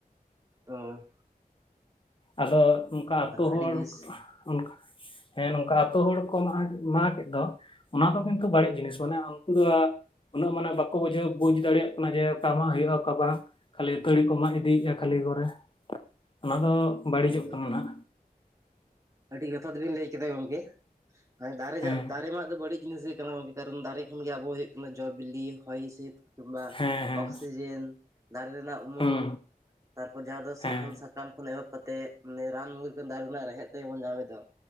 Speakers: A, on the right; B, on the left.
A: ᱦᱩᱸ
B: ᱟᱫᱚ ᱚᱱᱠᱟ ᱟᱹᱛᱩ
A: ᱟᱹᱰᱤ
B: ᱦᱚᱲ,
A: ᱵᱮᱥ
B: ᱩᱱ ᱦᱮᱸ ᱱᱚᱝᱠᱟ ᱟᱹᱛᱩ ᱦᱚᱲ ᱠᱚ ᱢᱟ ᱢᱟᱜᱮᱫ ᱫᱚ ᱚᱱᱟ ᱫᱚ ᱠᱤᱱᱛᱩ ᱵᱟᱹᱲᱤᱡ ᱡᱤᱱᱤᱥ ᱢᱟᱱᱮ ᱩᱝᱠᱩ ᱫᱚ᱾ ᱩᱱᱟᱹᱜ ᱢᱟᱱᱮ ᱵᱟᱠᱚ ᱵᱩᱡᱷᱟᱹᱣ ᱵᱩᱡᱽ ᱫᱟᱲᱮᱭᱟᱜ ᱠᱟᱱᱟ ᱡᱮ ᱚᱠᱟ ᱢᱟᱜ ᱦᱩᱭᱩᱜᱼᱟ ᱚᱠᱟ ᱵᱟᱝ? ᱠᱷᱟᱹᱞᱤ ᱛᱟᱹᱲᱤ ᱠᱚ ᱢᱟᱜ ᱤᱫᱤᱭᱮᱜᱼᱟ᱾ ᱠᱷᱟᱹᱞᱤ ᱠᱚᱨᱮ ᱚᱱᱟ ᱫᱚ ᱵᱟᱹᱲᱤᱡᱚᱜ
A: ᱦᱳᱭ ᱦᱳᱭ
B: ᱠᱟᱱᱟ ᱱᱟᱜ᱾
A: ᱟᱹᱰᱤ ᱡᱚᱛᱷᱟᱛᱵᱤᱱ ᱞᱟᱹᱭ ᱠᱮᱫᱟ ᱜᱚᱝᱠᱮ ᱦᱚᱸ ᱫᱟᱨᱮ
B: ᱦᱮᱸ
A: ᱡᱟᱜ ᱫᱟᱨᱮ ᱢᱟᱜ ᱫᱚ ᱵᱟᱹᱲᱤᱡ ᱡᱤᱱᱤᱥ ᱜᱮ ᱠᱟᱱᱟ ᱜᱚᱝᱠᱮ ᱠᱟᱨᱚᱱ ᱫᱟᱨᱮ ᱠᱷᱚᱱ ᱜᱮ ᱟᱵᱚ ᱦᱩᱭᱩᱜ ᱠᱟᱱᱟ ᱡᱚ ᱵᱤᱞᱤ ᱦᱚᱭ ᱦᱤᱸᱥᱤᱫ ᱠᱤᱝᱵᱟ
B: ᱦᱮᱸ ᱦᱮᱸ
A: ᱚᱠᱥᱤᱡᱮᱱ ᱫᱟᱨᱮ ᱨᱮᱱᱟᱜ ᱩᱢᱩᱞ
B: ᱦᱩᱸ
A: ᱛᱟᱨᱯᱚᱨ ᱡᱟᱦᱟᱸ ᱫᱚ
B: ᱦᱮᱸ
A: ᱥᱟᱦᱟᱱ ᱥᱟᱠᱟᱢ ᱠᱷᱚᱱ ᱮᱦᱚᱵ ᱠᱟᱛᱮᱫ ᱨᱟᱱ ᱢᱩᱨᱜᱟᱹᱱ ᱫᱟᱨᱮ ᱨᱮᱱᱟᱜ ᱨᱮᱦᱮᱫ ᱛᱮᱵᱚᱱ ᱧᱟᱢ ᱮᱫᱟ,